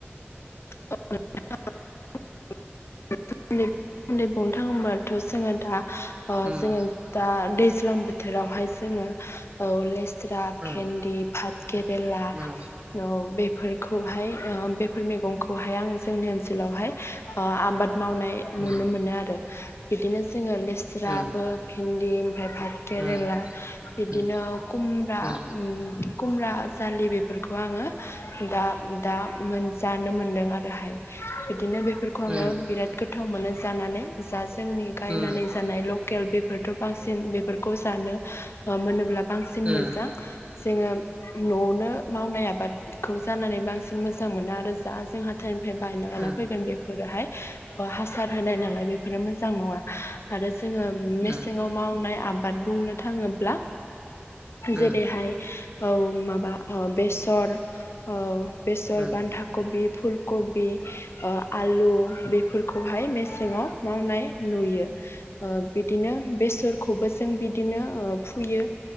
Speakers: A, on the left (about 70°); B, on the right (about 25°).
A: <unintelligible> बाथ' जोङो दा ओ
B: उम
A: जोङो दा दै ज्लां बोथोरावहाय जोङो औ लेस रा,
B: उम
A: भेन्दि, भाथ केेरेला
B: उम
A: औ बेफोरखौहाय ओ बेफोर मेगं खौहाय आङो जोंनि ओनसोलावहाय ओ आबाद मावनाय नुनो
B: उम
A: मोनो आरो बिदिनो जोङो लेस्राबो
B: उम
A: भिन्दि ओमफ्राय भात केेरेला
B: उम
A: बिदिनो
B: उम उम
A: खुमब्रा
B: उम
A: खुमरा दालि बेफोरखौ आङो दा दा मोन नुनो मोनदों आरोहाय दिनो बेफोरखौ
B: उम
A: आङो बिराद गोथाव मोनो। जानानै जा जोंनि गायनानै
B: उम
A: जानाय लकेल बेफोर थ' बां सिन बेफोरखौ जानो। मामोन अब्ला बांसिन
B: उम
A: मोजां। जोङो। न'आवनो मावनाय आबाद। खौ जानानै बांसिन मोजां मोनो आरो जा जोंहा थायम फाय बानना लाना
B: उम
A: फैगोन बेफोरो हाय। अ' हास सार होनाय नालाय बेफोरो मो जां नङा आरो जोङो मेसेङाव
B: उम
A: मावनाय आब बाद बुंनो थाङोब्ला।
B: उम
A: जेरैहाय औ माबा अ बेसर औ बेसर,
B: औ
A: बान्दाख बे फुल कबि ओ आलु बेफोरखौहाय मेसेङाव मावनाय नुयो। ओ बिदिनो बेसर खौबो जों बिदिनो ओ फुयो।